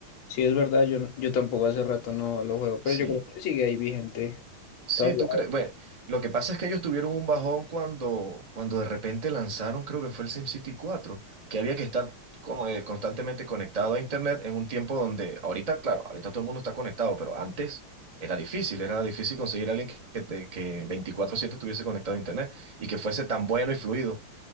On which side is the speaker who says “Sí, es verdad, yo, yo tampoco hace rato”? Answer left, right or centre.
Left